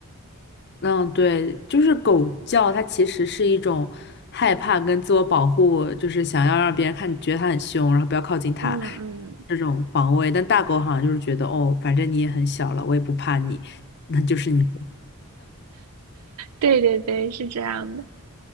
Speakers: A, on the left; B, on the right.
A: 嗯，对，就是狗叫，它其实是一种害怕跟自我保护，就是想要让别人看觉得它很凶，然后不要靠近它
B: 嗯嗯，
A: 这种防卫。但大狗好像就是觉得，哦，反正你也很小了，我也不怕你，那就是你。
B: 对对对，是这样的。